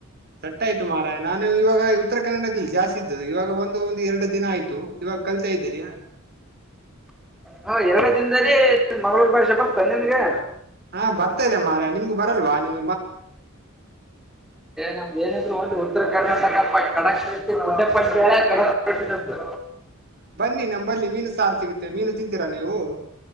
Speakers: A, on the right; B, in the centre.
A: ಸಟ್ಟ ಆಯ್ತು ಮಾರಾಯ ನಾನು ಇವಾಗ ಉತ್ತರ ಕನ್ನಡದಲ್ಲಿ ಜಾಸ್ತಿ ಇದ್ದ್ದು ಇವಾಗ ಒಂದು ಒಂದು ಎರಡು ದಿನ ಆಯ್ತು ಇವಾಗ ಕೇಳ್ತಾ ಇದ್ದೇನಯ
B: ಹ ಎರಡೇ ದಿನದಲ್ಲಿ ಮಂಗಳೂರ್ ಭಾಷೆ ಬರ್ಂದನ್ಗೆ
A: ಹಾ ಬರ್ತಾ ಇದೆ ಮಾರ ನಿಮ್ು ಬರಲ್ವಾ ನಿಮ್
B: ನಮ್ದ ಏನರು ಒಂದು ಉತ್ತರ ಕರ್ನಾಟಕ ಕಡಕ್ ರೊಟ್ಟಿ <unintelligible> ಕಡಕ್ ರೊಟ್ಟಿ ನಮ್ದು
A: ಬನ್ನಿ ನಮ್ ಬರ್ಲಿ ಮೀನು ಸಾರು ಸಿಗುತ್ತೆ ಮೀನು ತಿಂತೀರಾ ನೀವು